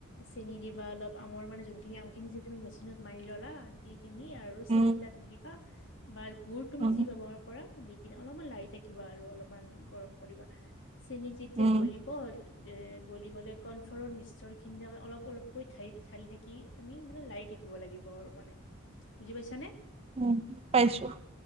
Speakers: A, on the left (about 60°); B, on the right (about 30°).
A: চেনি দিবা অলপ আমৰ মানে যোনখিনি আমখিনি যে তুমি মেচিনত মাৰি ললা সেইখিনি আৰু
B: উম
A: চেন তাত দিবা বা গুৰ তুমি
B: উম
A: যি ব্যৱহাৰ কৰা দি স কিনে অলপমান লাই থাকিবা আৰু অলপমান গৰম কৰিবা চেনী যেতিয়া
B: উম
A: গলিব এ গলি গ'লে কৰ্নফ্লৰ মিশ্ৰৰখিনি তাৰে অলপ অলপকৈ ঢালি ঢালি থাকি তুমি মানে লাৰি থাকিব লাগিব আৰু মানে বুজি পাইছা নে?
B: উম পাইছো।